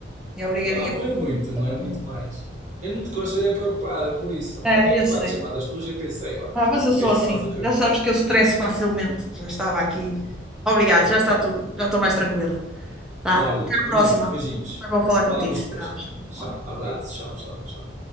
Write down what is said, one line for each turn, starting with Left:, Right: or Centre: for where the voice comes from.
Centre: E obrigadinha
Right: Ah, não
Centre: pelo
Right: é muito, não
Centre: teu apoio.
Right: é muito mais. Eu não te gosto de ver preocupado, é por isso.
Centre: É,
Right: Já tinha
Centre: eu
Right: aqui quatro
Centre: sei.
Right: chamadas tuas e pensei, olha,
Centre: Ah,
Right: pronto,
Centre: mas eu
Right: o
Centre: sou
Right: que é que
Centre: assim.
Right: se passa com a Eunice?
Centre: Já sabes que eu estresso facilmente. Já estava aqui. Obrigado,
Right: Tá
Centre: já
Right: bem.
Centre: está tudo. Já estou mais tranquila. Vá,
Right: Olha,
Centre: até à
Right: Eunice,
Centre: próxima.
Right: beijinhos.
Centre: Foi bom falar contigo.
Right: Falamos
Centre: Tchau,
Right: depois.
Centre: tchau.
Right: Tchau, abraço, tchau, tchau, tchau.